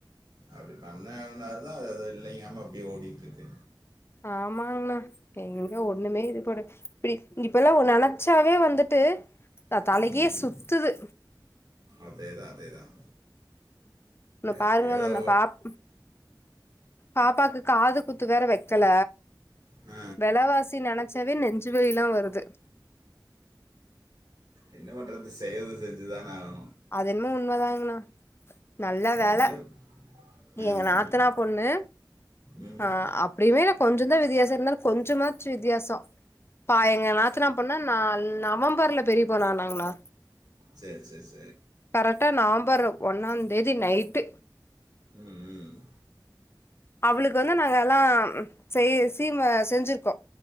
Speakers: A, on the right; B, on the left.
A: அப்டி பண்ணாதனால தான் அது இல்லைங்காம அப்டியே ஓடிட்ருக்கு
B: ஆமாங்ணா எங்க ஒண்ணுமே இது போட இப்டி இப்பெல்லாம் நெனைச்சாவே வந்துட்டு தா தலையே
A: ம்.
B: சுத்துது
A: அதேதான், அதேதான்.
B: இந்த பாருங்க
A: எப்படி ஏதோ
B: நானு பாப் பாப்பாக்கு காது குத்து வேற வக்கல
A: அ
B: வெலவாசி நெனைச்ச நெஞ்சுவலிலாம் வருது
A: என்ன பண்றது செய்யறது செஞ்சுதான ஆகனு
B: அது என்னமோ உண்மதாங்கணா நல்ல வேல
A: என்ன ம்
B: எங்க நாத்தனா பொண்ணு
A: ம்
B: ஆ அப்டியுமே நா கொஞ்சசோ தா வித்தியாச இருந்தாலு கொஞ்சமாச்சு வித்தியாசோ பா எங்க நாத்தனா பொண்ணா நான் நவம்பர்ல பெரிய பொண் ஆனங்களா?
A: செரி செரி செரி
B: கரெக்டா நாம் பரு ஒன்னந்தேதி நைட்டு
A: ம் ம்
B: அவளுக்கு வந்து நாங்க எல்லா செய் சீம செஞ்சிருக்கோ